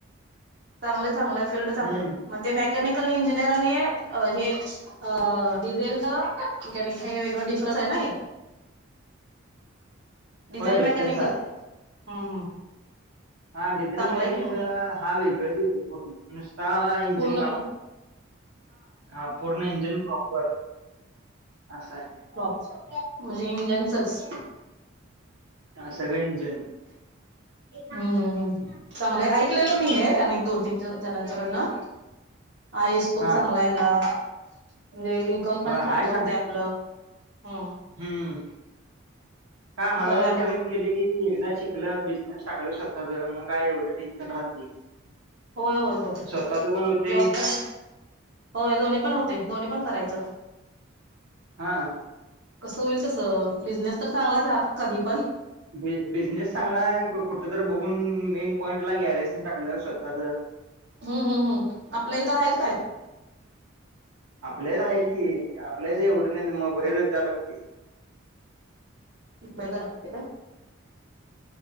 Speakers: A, on the right; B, on the right.
A: चागलय चागलय फील्ड चांगलंय
B: हम्म
A: की. म ते मेकॅनिकल इंजिनियर आणि हे अ डिझेलच <unintelligible> हे वेगळं डिफरनस हाय ना हे? डीझल
B: होय डिफरन्स
A: मेकॅनिकल.
B: आहे
A: हम्म हम्म.
B: हा डिझेल
A: चांगलाय
B: मेकॅनिकल.
A: की मग
B: हा वेगळाचेते पूर्ण. नुसता इंजन
A: पूर्ण
B: काम,
A: पण
B: हा पूर्ण इंजिन प्रॉपर. असाय.
A: प्रॉ म्हणजे इंजनचच.
B: हा सगळ इंजन.
A: हम्म हम्म हम्म. चांगलंय. ऐकलेलं मी हे अ दोन तीन जनाच्याकडन. आयस खूप
B: हा
A: चांगला ह्याला. म्हणजे इन्कम पण
B: होय
A: चांगलं
B: हाय
A: होतय आपलं. हम्म.
B: हम्म का हळूहळू
A: बरं आहे मग
B: करे गेले की, एकदा शिकल. बिझनेस टाकूल शक आ मग काय एवढी टेन्शन राहत नाही.
A: होय होय होय
B: स्वतःच पण होते.
A: जॉब करत होय दोन्ही पण होते. दोन्ही पण करायचं.
B: हा.
A: कसं होईल तसं. बिझनेस तर चांगलाच कधी पण.
B: बि बिझनेस चांगलाय. कु कुठं तर बघून मेन पॉईंट ला गॅरेज तेन टाकल्या स्वतःच.
A: हम्म हम्म हम्म. आपल्या इथं हायेत काय?
B: आपल्यात आहेतल की. आपल्या एवढं नाही मग बाहेरच जा लागते.
A: बाहेर जा लागते का?